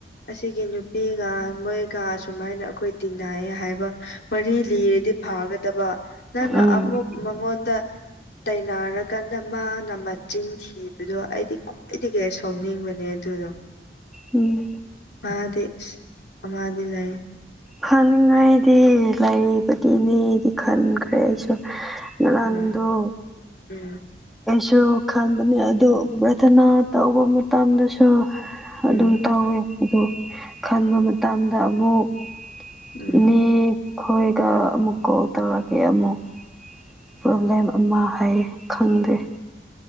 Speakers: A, on the left (about 65°); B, in the centre.
A: ꯑꯁꯤꯒꯤ ꯅꯨꯄꯤꯒ ꯃꯣꯏꯒ ꯑꯁꯨꯃꯥꯏꯅ ꯑꯩꯈꯣꯏ ꯇꯤꯟ ꯅꯥꯏꯌꯦ ꯍꯥꯏꯕ ꯃꯔꯤ ꯂꯤꯔꯗꯤ ꯐꯒꯗꯕ ꯅꯪꯅ
B: ꯎꯝ
A: ꯑꯃꯨꯛ ꯃꯉꯣꯟꯗ ꯇꯅꯔꯀꯥꯟꯗ ꯃꯥꯅ ꯃꯆꯤꯟ ꯊꯤꯕꯗꯣ ꯑꯩꯗꯤ ꯈ꯭ꯋꯥꯏꯗꯒꯤ ꯁꯥꯎꯅꯤꯡꯕꯅꯦ ꯑꯗꯨ ꯁꯤꯗ
B: ꯎꯝ
A: ꯑꯗꯤ ꯑꯃꯗꯤ ꯂꯩꯥꯏ
B: ꯈꯟꯅꯤꯡꯉꯥꯏꯗꯤ ꯂꯩꯔꯤꯕꯥꯏꯒꯤꯅꯦꯗꯤ ꯈꯟꯈ꯭ꯔꯦ ꯑꯩꯁꯨ ꯅꯗꯨ
A: ꯎꯝ ꯎꯝ
B: ꯁꯨ ꯈꯟꯕꯅꯦ ꯑꯗꯨ ꯄ꯭ꯔꯔꯊꯅꯥ ꯇꯧꯕ ꯃꯇꯝꯗꯁꯨ
A: ꯎꯝ
B: ꯑꯗꯨꯝ ꯇꯧꯋꯦ ꯑꯗꯨ ꯈꯟꯕ ꯃꯇꯝꯗ ꯑꯃꯨꯛ
A: ꯎꯝ
B: ꯏꯅꯦ ꯈꯣꯏꯒ ꯑꯃꯨꯛ ꯀꯣꯜ ꯇꯧꯔꯛꯀꯦ ꯑꯃꯨꯛ ꯄ꯭ꯔꯣꯕ꯭ꯂꯦꯝ ꯑꯃ ꯍꯥꯏ ꯈꯪꯗꯦ